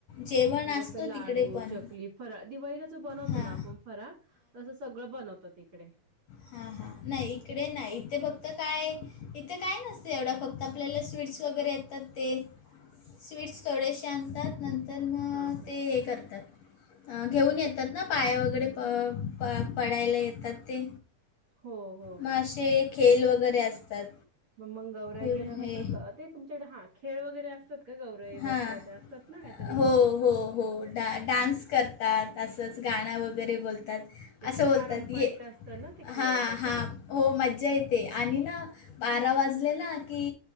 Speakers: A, on the left; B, on the right.
A: जेवण
B: म्हणजे
A: असतो
B: लाडू
A: तिकडे पण
B: चकली फराळ दिवाळीला जो बनवतो
A: हां
B: ना आपण फराळ तसं सगळं बनवतात तिकडे.
A: हा हा नाय इकडे नाय इथे फक्त तर काय इथं काय नसत एवढा फक्त आपल्याला स्वीट्स वगैरे येतात ते स्वीट्स थोडेशे आणतात. नंतर म
B: हा हा
A: ते
B: हा.
A: हे करतात. घेऊन येतात ना पाया वगैरे प प पडायला येतात ते
B: हो. हो
A: म
B: हो
A: असे खेल वगैरे असतात.
B: मग मग गौऱ्या
A: कुर
B: गेल्यानंतर
A: हे
B: ते तुमच्याकडे हा खेळ वगैरे असतात. क गौराई
A: हां
B: बसल्यावर असतात ना ते काय तरी
A: हो, हो, हो डा डान्स करतात असंच गाणं वगैरे बोलतात
B: तसे
A: असं बोलतात
B: पारंपरिक
A: ये
B: असतात ना ते खेळ
A: हा
B: काहीतरी
A: हा हो मज्जा येते आणि ना बारा वाजले ना की